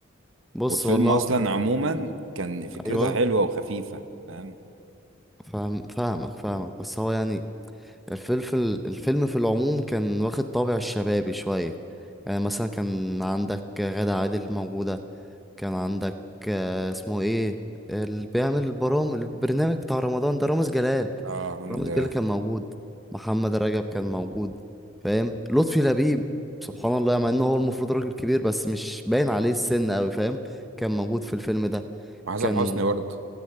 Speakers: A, in the centre; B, on the right (about 75°).
A: بص
B: والفيلم
A: والله
B: أصلا
A: واخد-
B: عموما كان فكرته
A: ايوه
B: حلوة وخفيفة فاهم
A: فاهم فاهمك فاهمك بس هو يعني الفيلم في ال- الفيلم في العموم كان واخد طابع الشبابي شويه يعني مثلا كان عندك غادة عادل موجودة كان عندك آه، اسمه ايه اللي بيعمل البرامج البرنامج بتاع رمضان ده رامز جلال
B: اه الحمد
A: رامز
B: لله
A: جلال كان موجود محمد رجب كان موجود فاهم لطفي لبيب سبحان الله مع انه هو المفروض راجل كبير بس مش باين عليه السن قوي فاهم كان موجود في الفيلم ده
B: وحسن
A: كان
B: حسني برضه